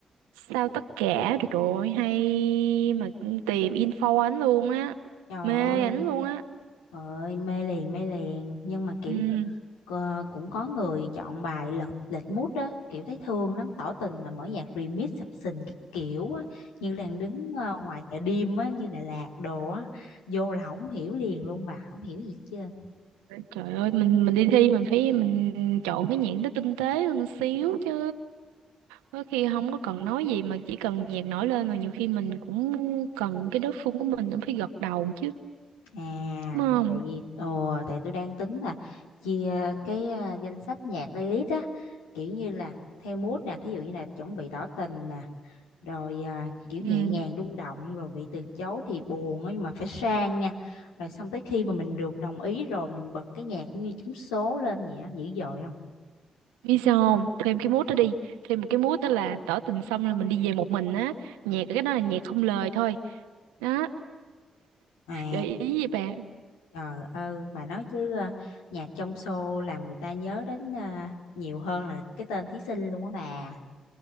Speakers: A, on the right; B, on the left.
A: Sao tất cả rồi trời ơi, hay mà tìm info ảnh luôn á.
B: Trời ơi.
A: Mê ảnh luôn á.
B: ơi mê liền mê liền nhưng mà kiểu
A: Ừ.
B: như ờ, cũng có người chọn bài lệch lệch mood đó kiểu thấy thương lắm tỏ tình mà mở nhạc remix sập sình cái kiểu á, như là đứng ờ, ngoài chợ đêm á như Đà Lạt đồ á vô là không hiểu liền luôn bà không hiểu gì chưa
A: Trời ơi, mình mình đi thi mình phải mình chọn cái nhạc nó tinh tế hơn xíu chứ. Có khi không có cần nói gì mà chỉ cần nhạc nổi lên mà nhiều khi mình cũng cần cái đối phương của mình cũng phải gật đầu chứ,
B: à
A: đúng không?
B: tại vì ồ tại tôi đang tính là chia cái ờ, danh sách nhạc playlist á kiểu như là theo mood nè thí dụ như là chuẩn bị tỏ tình nè rồi à, kiểu nhẹ
A: Ừ.
B: nhàng rung động rồi bị từ chối thì buồn á, nhưng mà phải sang nha rồi xong tới khi mà mình được đồng ý rồi mình bật cái nhạc như trúng số lên vậy á dữ dội không
A: Biết sao không? Thêm cái mút đó đi. Thêm một cái mút đó là tỏ tình xong là mình đi về một mình á. Nhạc cái đó là nhạc không lời thôi. Đó,
B: à
A: gợi ý gì bà?
B: trời ơi bà nói chứ à, nhạc trong show làm người ta nhớ đến à, nhiều hơn là cái tên thí sinh luôn á bà